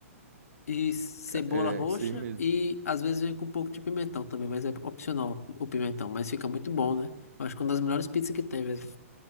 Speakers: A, on the left (about 80°); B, on the right (about 70°).
A: e cebola
B: Ca- É,
A: roxa
B: isso aí mesmo.
A: e às vezes vem com um pouco de pimentão também, mas é opcional o pimentão, mas fica muito bom, né? Eu acho que é uma das melhores pizzas que tem mesmo.